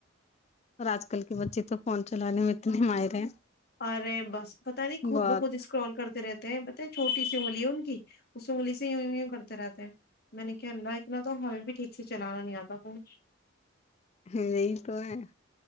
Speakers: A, on the left (about 35°); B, on the left (about 50°).
A: اور آج کل کے بچے تو فون چلانے میں اتنے ماہر ہیں
B: ارے بس پتہ نہیں خود
A: بہت
B: میں خود اسکرال کرتے رہتے ہیں ب چھوٹی سنگلی ہووں گ اس سگلی سے یوں ی کرتے رہتے ہیں میں نے کہ ال رہا اتنا تو ہمیں بھی ٹھیک سے چلانا نہیں آتا تو
A: یہی تو ہے